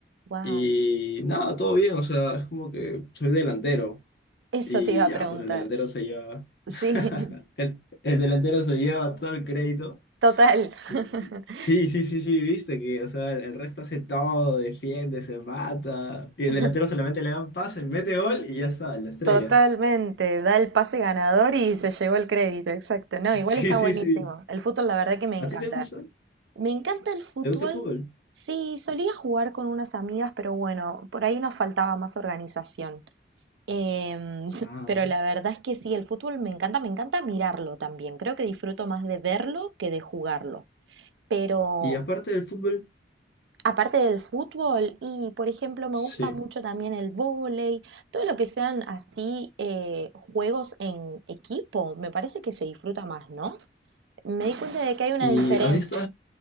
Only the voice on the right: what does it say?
Wow,
eso
te iba a
preguntar.
Sí,
<laughs>
total.
<laughs>
<laughs>
Totalmente,
da el pase ganador y se llevó el crédito, exacto. No, igual
está
buenísimo.
El fútbol, la verdad que me encanta.
Me encanta el fútbol.
Sí, solía jugar con unas amigas, pero bueno, por ahí nos faltaba más organización. Em, <laughs>
pero la verdad es que sí, el fútbol me encanta, me encanta mirarlo también. Creo que disfruto más de verlo que de jugarlo. Pero
Aparte del fútbol, y por ejemplo, me
gusta mucho también el vóley, todo lo que sean así eh, juegos en equipo, me parece que se disfruta más, ¿no? Me di cuenta de que hay una
diferencia.